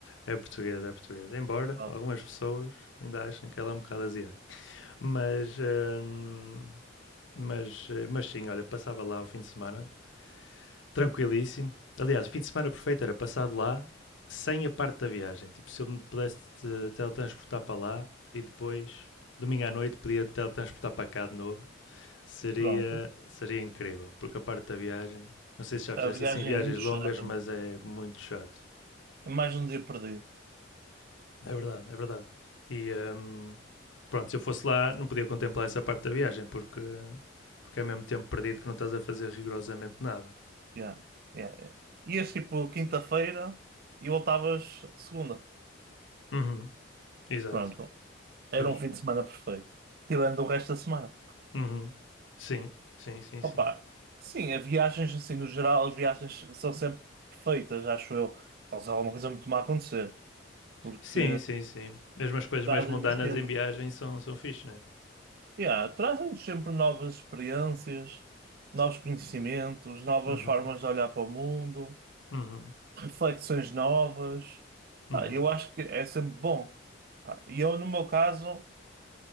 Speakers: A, on the left; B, on the right.
A: É português, é português. Embora
B: ah,
A: algumas pessoas ainda achem que ela é um bocado asiática. Mas, ahm, mas, eh, mas sim, olha, passava lá o fim de semana Tranquilíssimo. Aliás, o fim de semana perfeito era passado lá sem a parte da viagem. Tipo, se eu me pudesse eh, teletransportar para lá e depois, domingo à noite, podia teletransportar para cá de novo, seria,
B: pronto.
A: seria incrível. Porque a parte da viagem, não sei se já
B: A
A: fizeste
B: viagem
A: assim viagens
B: é muito
A: longas,
B: chata.
A: mas é muito chato.
B: É mais um dia perdido.
A: É verdade, é verdade. E hum, pronto, se eu fosse lá, não podia contemplar essa parte da viagem, porque, porque é mesmo tempo perdido que não estás a fazer rigorosamente nada.
B: Yeah, yeah, yeah. Ias tipo quinta-feira e voltavas segunda.
A: Uhum, exato,
B: Pronto. Era
A: pois.
B: um fim de semana perfeito. Tirando o resto da semana.
A: Uhum. Sim, sim, sim, sim.
B: Opa, sim, as viagens, assim, no geral, as viagens são sempre perfeitas, acho eu. Só se há alguma coisa muito má a acontecer. Porque
A: Sim, sim, sim. Mesmo as coisas
B: trazem-nos
A: mais mundanas
B: sempre,
A: em viagem são, são fixe, né?
B: yeah, trazem-nos sempre novas experiências, novos conhecimentos, novas
A: Uhum,
B: formas de olhar para o mundo,
A: uhum,
B: reflexões novas.
A: uhum,
B: Ah, eu acho que é sempre bom. Pá, E eu, no meu caso.